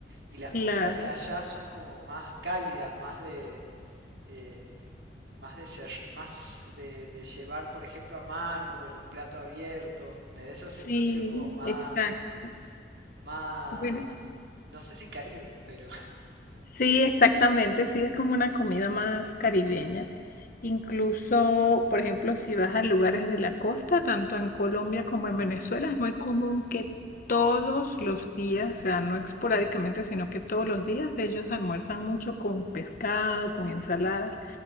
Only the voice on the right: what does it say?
y las
comidas de allá son como más cálidas, más de, eh, más de ser, más de, de llevar, por ejemplo, a mano o en un plato abierto. Me da esa sensación
como más,
más,
no sé si Caribe, pero